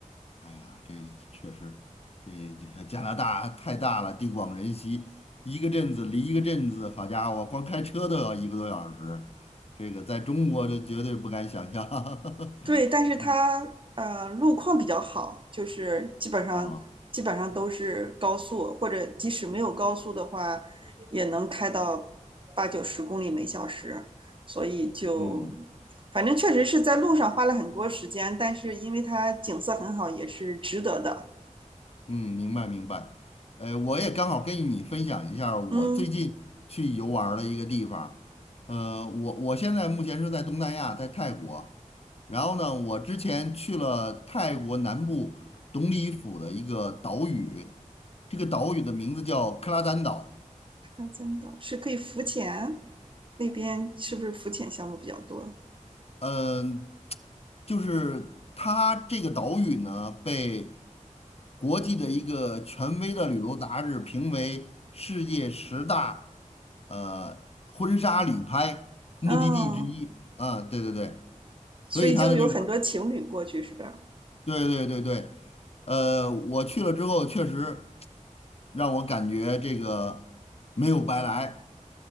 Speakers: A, on the left; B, on the right.
A: 哎呀，这确实，这这个加拿大太大了，地广人稀，一个镇子离一个镇子，好家伙，光开车都要一个多小时，这个在中国就绝对不敢想象。<laughs>
B: 对，但是它呃路况比较好，就是基本上基本上都是高速，
A: 啊，
B: 或者即使没有高速的话，也能开到八九十公里每小时，所以就
A: 嗯，
B: 反正确实是在路上花了很多时间，但是因为它景色很好，也是值得的。
A: 嗯，明白明白。呃，我也刚好跟你分享一下儿我最近去游玩儿的一个地方呃，
B: 嗯，
A: 我我现在目前是在东南亚，在泰国。然后呢，我之前去了泰国南部董里府的一个岛屿，这个岛屿的名字叫克拉丹岛。
B: 那真的是可以浮潜，那边是不是浮潜项目比较多？
A: 嗯，就是它这个岛屿呢，被国际的一个权威的旅游杂志评为世界十大呃婚纱旅拍目的地之一。
B: 嗯，
A: 啊，对对对，
B: 所以就有很多情侣过去是吧？
A: 所以它的这个，对对对对，呃，我去了之后确实让我感觉这个没有白来